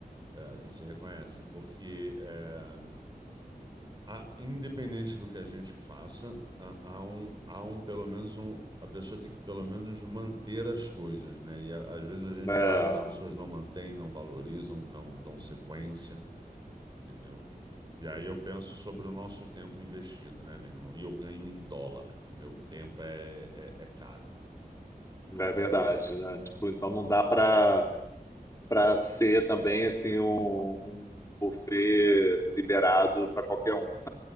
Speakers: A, on the right; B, on the left.
A: é, a gente reconhece, porque é, a- independente do que a gente faça, há, há um, há um, pelo menos um, a pessoa tem que pelo menos manter as coisas, né? E a- às vezes a gente
B: é,
A: faz, as pessoas não mantêm, não valorizam, não dão sequência, entendeu? E aí eu penso sobre o nosso tempo investido, né, meu irmão? E eu ganho em dólar. Meu tempo é, é, é caro.
B: é verdade, né? Tipo, então não dá para para ser também assim um, um buffet liberado para qualquer um.